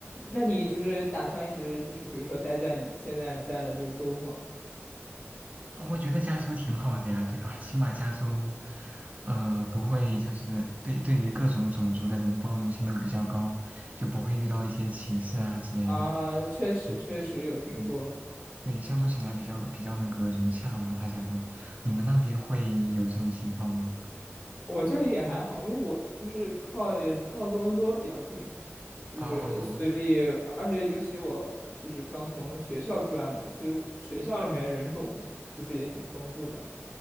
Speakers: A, on the left; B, on the right.
A: 那你就是打算一直就是比如说待在你现在在的这个州吗？
B: 啊我觉得加州挺好的呀，对吧？起码加州，呃，不会就是对对于各种种族的人包容性都比较高，就不会遇到一些歧视啊之类的。
A: 啊，确实确实有听说，
B: 嗯，对对，相处起来比较比较那个融洽嘛，大家都。你们那边会有这种情况吗？
A: 我这里也还好，因为我就是靠也靠多伦多比较近，就是所以而且尤其我就是刚从学校出来嘛，
B: 哦。
A: 所以学校里面人种就是也挺丰富的